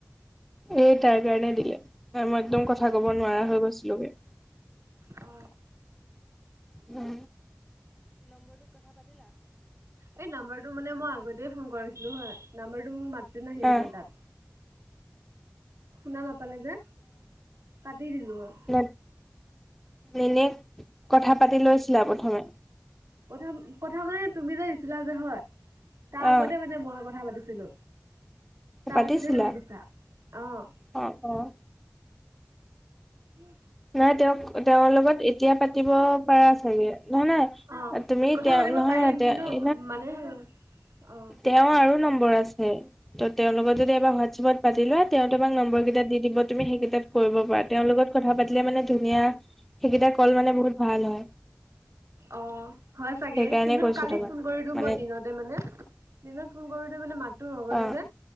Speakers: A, in the centre; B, on the right.
A: এই তাৰ কাৰণে দিলে। নাই মই একদম
B: ক'ত
A: কথা কব নোৱাৰা হৈ গৈছিলোগে।
B: অ
A: উম
B: এই নাম্বৰটো মানে মই আগতে ফোন কৰাছো নহয় নাম্বাৰটো মোৰ মাতটো নাহিলে
A: অ
B: মানে তাত শুন ফালে যে কাটি দিলো আৰু।
A: ন এনে কথা পাতি লৈছিলা প্ৰথমে?
B: প্ৰথম কথা মানে তুমি যে দিছিলা যে হয়। তাৰ
A: অ
B: আগতে মানে মই কথা পাতিছো। তাৰপিছতে
A: পাতিছিলা
B: তুমি দিছা? আহ। হ
A: অ অ'।
B: উম
A: নাই তেওঁ ক তেওঁৰ লগত এতিয়া পাতিব পাৰা চাগে নহয় নাই
B: অ
A: তুমি
B: কথা
A: তেওঁ
B: পাতিব
A: নহয়
B: পাৰিম
A: নহয় তেওঁ
B: কিন্তু মানে অ
A: তেওঁ আৰু নম্বৰ আছে ত তেওঁৰ লগত যদি এবাৰ হোৱাটছএপত পাতি লোৱা তেওঁ তোমাক নম্বৰকেইটা দি দিব তুমি সেইকেইটাত কৰিব পাৰা তেওঁৰ লগত কথা পাতি- মানে ধুনীয়া সেইকেইটা কল মানে বহুত ভাল হয়।
B: অ হয় চাগে
A: সেইকাৰণে
B: কিন্তু
A: কৈছো
B: কালি
A: তোমাক
B: ফোন কৰি দিওঁ
A: মানে
B: মই দিনতে মানে দিনত ফোন কৰোতে মানে মাতো নগলে
A: অ
B: যে?